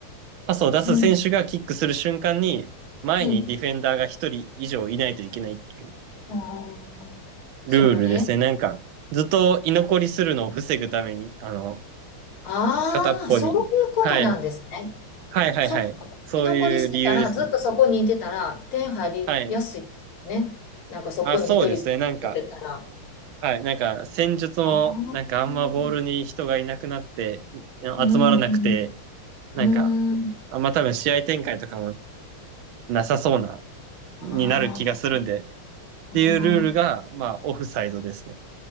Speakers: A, on the right; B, on the left.
A: パスを出す選手がキックする瞬間に、
B: うん。
A: 前にディフェンダーが一人以上いないといけないっていう
B: に、あーそのね、
A: ルールですね。なんか、ずっと居残りするのを防ぐために、あの、
B: ああ、
A: 片っぽに。
B: そういうことなんですね。
A: はい。はいはいはい。
B: そっか。
A: そういう理由ですね。
B: 居残りしてたら、ずっとそこにいてたら、点入りやすいですよね。
A: はい。
B: なんかそこに一人ずっ立ってたら。
A: あ、そうですね。なんか、はい。なんか、戦術も、
B: ああ、う
A: なんかあんまボールに人がいなくなって、
B: ん、うん、
A: 集まらなくて、
B: う
A: なんか、
B: ん、
A: あんま多分試合展開とかもなさそうな、
B: あ
A: になる気がするんで、っ
B: あ。
A: ていうルールが、まあ、オフサイドですね。